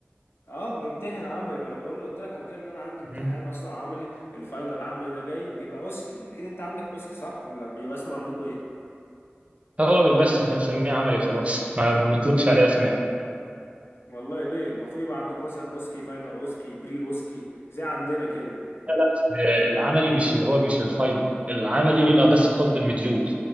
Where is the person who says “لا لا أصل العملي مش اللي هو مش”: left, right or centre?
Right